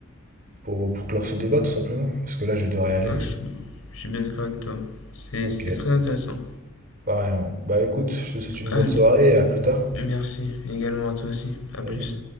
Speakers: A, on the right (about 40°); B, on the left (about 85°).
A: pour, pour clore ce débat, tout simplement. Parce que là, je vais devoir y aller.
B: ouais je suis, je suis bien d'accord avec toi C'est-
A: Ok.
B: c'était très intéressant
A: Pareil. Bah écoute, je te souhaite une
B: allez
A: bonne soirée et à plus tard.
B: merci également à toi aussi à
A: Salut.
B: plus